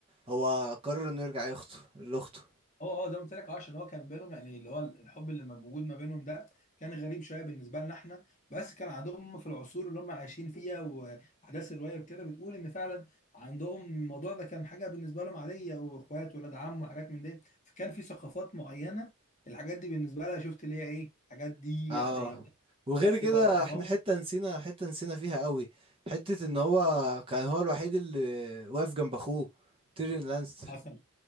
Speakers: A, on the right; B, on the left.
A: هو قرر انه يرجع يخطو لاخته
B: اه اه زي ما قلت لك اه عشان هو كان بينهم يعني اللي هو الحب اللي موجود ما بينهم ده كان غريب شويه بالنسبه لنا احنا بس كان عندهم في العصور اللي هم عايشين فيها واحداث الروايه وكده بتقول ان فعلا عندهم الموضوع ده كان حاجه بالنسبه لهم عاديه واخوات ولاد عم وحاجات من دي فكان في ثقافات معينه الحاجات دي بالنسبه لها شفت اللي هي ايه الحاجات دي
A: اه
B: عاديه وبتاع
A: وغير
B: بس
A: كده
B: فلكن
A: احنا
B: هو
A: حتة نسينا حتة نسينا فيها قوي حتة ان هو كان هو الوحيد اللي واقف جنب اخوه تيريون لانستر
B: حصل